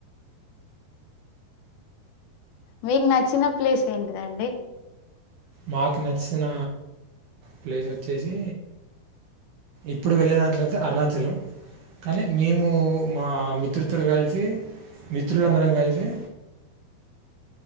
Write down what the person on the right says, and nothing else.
మాకు నచ్చిన ప్లేస్ వచ్చేసి, ఇప్పుడు వెళ్ళే దాంట్లో అయితే అరుణాచలం. కానీ మేము మా మిత్రుతురో కలిసి మిత్రులందరం కలిసి